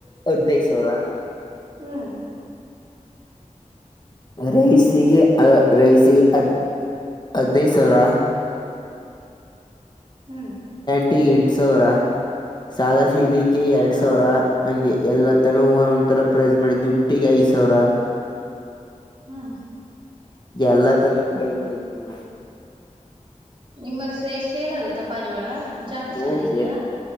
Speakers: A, on the left; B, on the right.
A: ಹದ್ಿನೈದು ಸಾವಿರ
B: ಹ್ಮ
A: ರೈಸಿಗೆ ರೈಸಿಗೆ ಹದ್ ಹದ್ನೈದು ಸಾವಿರ
B: ಹ್ಮ್ <inaudible>
A: ಇಗ ಎಂಟು ಸಾವಿರ ಸಾದಾ ಸೀದಿಕೆಎರಡ್
B: ಹಾ
A: ಸಾವಿರ. - ಹಂಗೆ ಎಲ್ಲ ತನೂ ಒಂದ
B: ಹಾ
A: ತರ ಪ್ರೈಸ್ ಮಾಡಿದ್ದು ಹ <unintelligible> ಟ್ಟಿಗೆ ಐದ್ ಸಾವಿರ
B: ಹ್ಮ್
A: ಎಲ್ಲದ ಕನುಪ್ರೈಸ್ ಮಾಡಿದ್ದೀವಿ ನಾವು
B: ನಿಮ್ಮಲ್ಲಿ ಸೇ, ಸೇಲ್ ಆಗುತ್ತಾ ಪಾರಿವಾಳ ಜಾತಿ
A: ಹ್ಮ್
B: ಚೆನ್ನಾಗಿದಿಯಾ.
A: ಸೇಲ್